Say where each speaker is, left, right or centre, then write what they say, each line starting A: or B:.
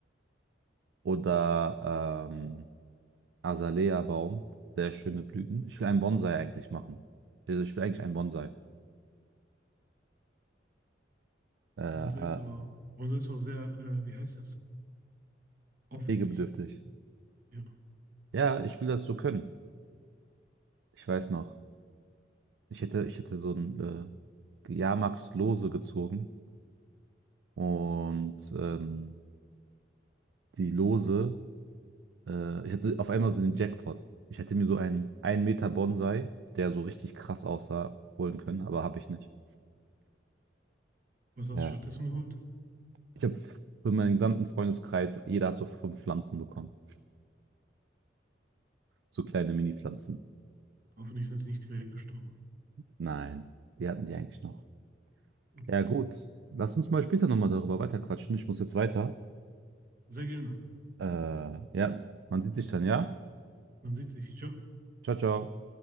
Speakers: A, on the right (about 65°); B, on the right (about 50°).
A: oder ähm, Azalea-Baum. Sehr schöne Blüten. Ich will einen Bonsai eigentlich machen. Also ich will eigentlich einen Bonsai. Äh,
B: Bonsai ist
A: äh,
B: aber Bonsai ist auch sehr, äh, wie heißt das? Aufwendig.
A: pflegebedürftig.
B: Ja.
A: Ja, ich will das so können. Ich weiß noch. Ich hätte, ich hätte so ein äh, Jahrmarkt-Lose gezogen und ähm, die Lose Äh, ich hatte auf einmal so den Jackpot. Ich hätte mir so einen 1 Meter Bonsai, der so richtig krass aussah, holen können, aber habe ich nicht.
B: Was hast
A: Ja.
B: du stattdessen geholt?
A: Ich habe für meinen gesamten Freundeskreis, jeder hat so fünf Pflanzen bekommen. So kleine Mini-Pflanzen.
B: Hoffentlich sind die nicht direkt gestorben.
A: Nein, die hatten die eigentlich noch.
B: Okay.
A: Ja, gut. Lass uns mal später nochmal darüber weiterquatschen. Ich muss jetzt weiter.
B: Sehr gerne.
A: Äh, ja, man sieht sich dann, ja?
B: Man sieht sich. Ciao.
A: Ciao, ciao.